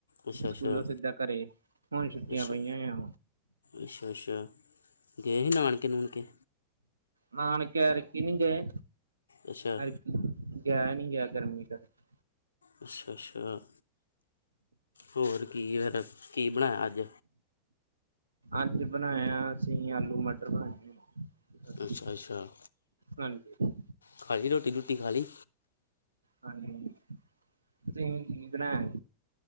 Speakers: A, on the left; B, on the right.
A: ਅੱਛਾ
B: ਸਕੂਲੋਂ
A: ਅੱਛਾ
B: ਸਿੱਧਾ ਘਰੇ, ਹੁਣ ਛੁੱਟੀਆਂ
A: ਅੱਛਾ
B: ਪਈਆਂ।
A: ਅੱਛਾ, ਅੱਛਾ, ਗਏ ਸੀ ਨਾਨਕੇ-ਨੂਣਕੇ?
B: ਨਾਨਕੇ ਐਤਕੀ ਨਹੀਂ ਗਏ,
A: ਅੱਛਾ
B: ਐਰਕ। ਗਿਆ ਨਹੀਂ ਗਿਆ, ਗਰਮੀ ਕਰਕੇ।
A: ਅੱਛਾ, ਅੱਛਾ, ਹੋਰ ਕੀ? ਫਿਰ, ਕੀ ਬਣਾਇਆ ਅੱਜ?
B: ਅੱਜ ਬਣਾਇਆ, ਅਸੀਂ ਆਲੂ-ਮਟਰ ਬਣਾਏ। ਸਬਜ਼ੀ
A: ਅੱਛਾ, ਅੱਛਾ,
B: ਹਾਂਜੀ
A: ਖਾਲੀ ਰੋਟੀ-ਰੂਟੀ ਖਾਲੀ?
B: ਹਾਂਜੀ, ਤੁਸੀ ਕੀ ਬਣਾਇਆ?